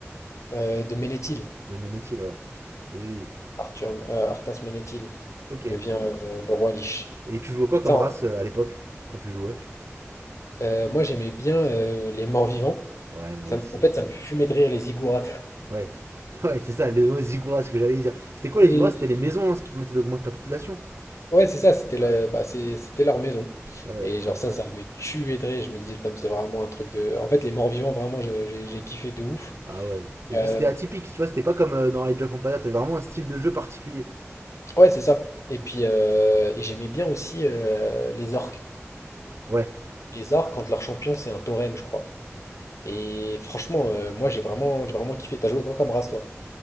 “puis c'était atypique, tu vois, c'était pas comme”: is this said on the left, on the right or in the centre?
Right